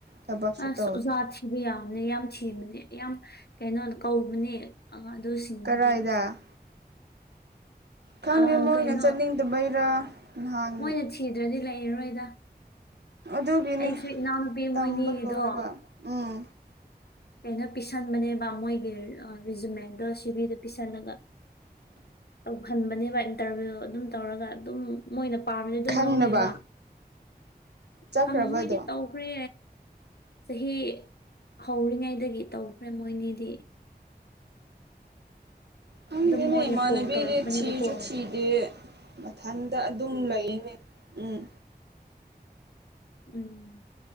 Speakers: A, on the right (about 80°); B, on the left (about 70°).
A: ꯊꯕꯛꯁꯨ
B: ꯑꯁ
A: ꯇꯧꯗꯦ
B: ꯑꯣꯖꯥ ꯊꯤꯕ ꯌꯥꯕꯅꯦ ꯌꯥꯝ ꯊꯤꯕꯅꯦ ꯌꯥꯝ ꯀꯩꯅꯣ ꯀꯧꯕꯅꯦ ꯉꯥꯡ ꯑꯗꯨꯁꯤꯡꯗꯨꯗꯤ
A: ꯀꯔꯥꯏꯗ ꯈꯪꯗꯦ
B: ꯑ
A: ꯃꯣꯏꯅ
B: ꯀꯩꯅꯣ
A: ꯆꯠꯅꯤꯡꯗꯕꯩꯔꯥ ꯅꯍꯥꯟ
B: ꯃꯣꯏꯅ ꯊꯤꯗ꯭ꯔꯗꯤ ꯂꯩꯔꯔꯣꯏꯗ
A: ꯑꯗꯨꯒꯤꯅꯦ
B: ꯑꯩꯁꯨ ꯏꯅꯥꯎꯄꯤ
A: ꯇꯝꯕ
B: ꯃꯣꯏꯅꯤꯒꯤꯗꯣ
A: ꯂꯣꯏꯔꯒ ꯎꯝ
B: ꯀꯩꯅꯣ ꯄꯤꯁꯟꯕꯅꯦꯕ ꯃꯣꯏꯒꯤ ꯔꯤꯖꯨꯃꯦꯟꯗꯣ ꯁꯤꯚꯗꯣ ꯄꯤꯁꯜꯂꯒ ꯇꯧꯍꯟꯕꯅꯦꯕ ꯏꯟꯇꯔꯚꯤꯌꯨ ꯑꯗꯨꯝ ꯇꯧꯔꯒ ꯑꯗꯨꯝ ꯃꯣꯏꯅ ꯄꯥꯕꯗꯤ ꯑꯗꯨꯝ
A: ꯈꯪꯅꯕ
B: ꯂꯧꯋꯦꯕ
A: ꯆꯠꯈ꯭ꯔꯕꯗꯣ
B: ꯐꯝ ꯃꯣꯏꯗꯤ ꯇꯧꯈ꯭ꯔꯦ ꯆꯍꯤ ꯍꯧꯔꯤꯉꯩꯗꯒꯤ ꯇꯧꯈ꯭ꯔꯦ ꯃꯣꯏꯅꯤꯗꯤ
A: ꯍꯒꯤꯅꯦ
B: ꯑꯗꯨꯝ ꯃꯣꯏꯅ
A: ꯃꯅꯕꯤꯔꯦꯁꯤ
B: ꯀꯣꯜ ꯇꯧꯔꯛꯄꯅꯦꯕꯀꯣ
A: ꯆ ꯊꯤꯗꯦ ꯃꯊꯟꯗ ꯑꯗꯨꯝ ꯂꯩꯅꯦ ꯎꯝ
B: ꯎꯝ ꯎꯝ